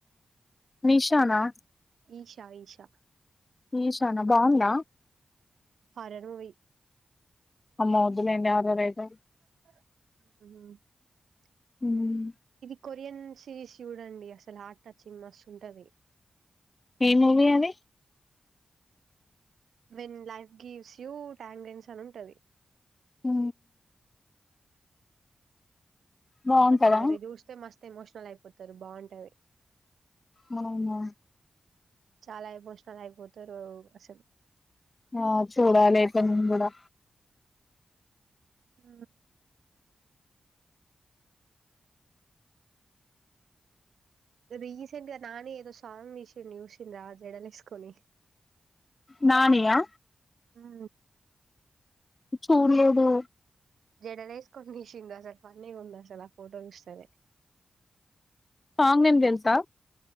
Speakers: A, on the left; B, on the right.
A: నిషానా
B: ఈషా ఈషా
A: ఈశానా బాగున్నా
B: హారర్ మయి
A: అమ్మ ఉదులేంది యాదో రఐతే
B: హ్మ్
A: హ్మ్
B: ఇది కొరియన్ సిరీస్ చూడండి అసలు హార్ట్ టచింగ్ మస్త్ ఉంటది.
A: ఏ మూవీ అండి
B: when life gives you tangerines అని ఉంటుంది.
A: ఉ బాగుంటదా
B: అసలు అది చూస్తే మస్త్ ఎమోషనల్ అయిపోతారు బాగుంటాంది
A: మనం ఉన్న
B: చాలా ఏమోషనాలు అయిపోతారు అసలు
A: ఆ చూడాలి ఎట్లా ముగడ కూడా
B: ఉ రీసెంట్ గా నాని ఏదో సాంగ్ తీసిడు చూసిండ్ల జడలేసుకొని.
A: నాని యా
B: హ్మ్
A: చూడ లేదు.
B: జడలే వేసుకొని తీసిండు అసలు ఫన్నీ ఉంది. అసలు ఆ ఫోటో చూస్తనే.
A: సాంగ్ నేమ్ తెలుసా.